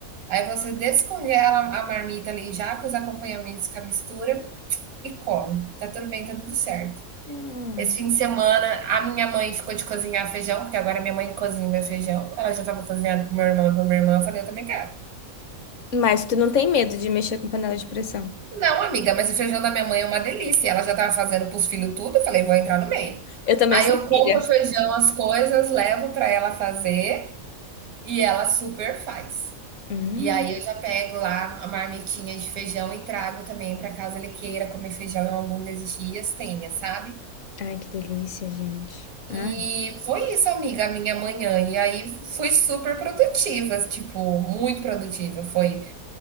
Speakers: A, on the right; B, on the left.
A: Aí você descongela a marmita ali já com os acompanhamentos, com a mistura e come. Tá tudo bem, tá tudo certo.
B: Hum.
A: Esse fim de semana, a minha mãe ficou de cozinhar feijão, porque agora minha mãe cozinha o meu feijão. Ela já tava cozinhando pro meu irmão e pra minha irmã. Eu falei, eu também quero.
B: Mas tu não tem medo de mexer com panela de pressão?
A: Não, amiga, mas o feijão da minha mãe é uma delícia. Ela já tava fazendo pros filhos tudo. Eu falei, vou entrar no meio.
B: Eu também
A: Aí
B: sou
A: eu compro
B: filha.
A: o feijão, as coisas, levo pra ela fazer e ela super faz.
B: Hum.
A: E aí eu já pego lá a marmitinha de feijão e trago também pra casa. ele queira comer feijão em algum desses dias, tenha, sabe?
B: Ai, que delícia, gente. Ai.
A: E foi isso, amiga, a minha manhã. E aí fui super produtiva, tipo, muito produtiva. Foi